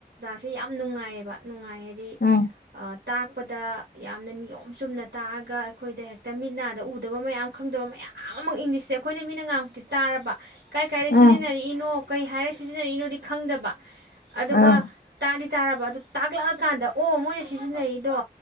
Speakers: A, on the right; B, on the left.
A: ꯁꯤ ꯌꯥꯝ ꯅꯨꯡꯉꯥꯏꯌꯦꯕ ꯅꯨꯡꯉꯥꯏ ꯍꯥꯏꯗꯤ
B: ꯎꯝ
A: ꯇꯥꯛꯄꯗ ꯌꯥꯝꯅ ꯅꯤꯌꯣꯝ ꯆꯨꯝꯅ ꯇꯥꯛꯑꯒ ꯑꯩꯈꯣꯏꯗ ꯍꯦꯛꯇ ꯃꯤꯠꯅꯗ ꯎꯗꯕ ꯃꯌꯥꯝ ꯈꯪꯗꯕ ꯃꯌꯥꯝ ꯑꯃ ꯏꯪꯂꯤꯁꯇꯦ ꯑꯩꯈꯣꯏꯅ ꯃꯤꯠꯅ ꯉꯥꯡꯃꯨꯛꯇꯤ ꯇꯥꯔꯕ ꯀꯥꯏ ꯀꯥꯏꯗ
B: ꯎꯝ
A: ꯁꯤꯖꯤꯟꯅꯔꯛꯏꯅꯣ ꯀꯩ ꯍꯥꯏꯔ ꯁꯤꯖꯤꯟꯅꯔꯛꯅꯣꯗꯤ ꯈꯪꯗꯕ ꯑꯗꯨꯒ
B: ꯎꯝ
A: ꯇꯥ ꯇꯥꯔꯕ ꯑꯗꯣ ꯇꯥꯛꯂꯛꯑꯀꯥꯟꯗ ꯑꯣ ꯃꯣꯏꯅ ꯁꯤꯖꯤꯟꯅꯩꯔꯤ ꯑꯗꯣ